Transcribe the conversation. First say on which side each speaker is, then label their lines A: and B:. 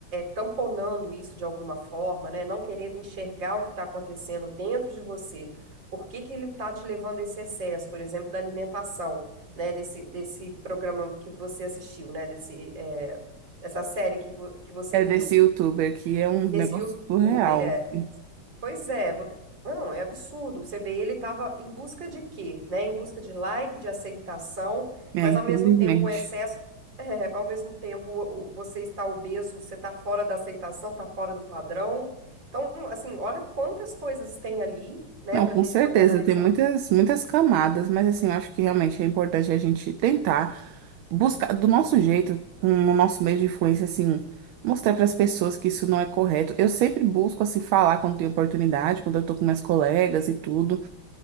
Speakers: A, on the right (about 65°); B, on the right (about 80°).
A: tamponando isso de alguma forma, né, não querendo enxergar o que está acontecendo dentro de você, por que que ele está te levando a esse excesso, por exemplo, da alimentação, né, desse, desse programa que você assistiu, né, desse, é, essa série que, vo- que você
B: É
A: viu.
B: desse youtuber que é um
A: Desse
B: negócio
A: youtuber,
B: surreal,
A: é.
B: assim.
A: Pois é, vo- não, é absurdo. Você vê, ele estava em busca de quê, né? Em busca de like, de aceitação,
B: É,
A: mas
B: infelizmente.
A: ao mesmo tempo o excesso, <laughs> é, ao mesmo tempo o- o- você está obeso, você está fora da aceitação, está fora do padrão. Então, assim, olha quantas coisas tem ali, né,
B: Não,
A: para
B: com
A: a gente
B: certeza,
A: poder analisar.
B: tem muitas, muitas camadas, mas assim, eu acho que realmente é importante a gente tentar. buscar do nosso jeito, com o nosso meio de influência, assim, mostrar para as pessoas que isso não é correto. Eu sempre busco, assim, falar quando tenho oportunidade, quando eu tô com minhas colegas e tudo.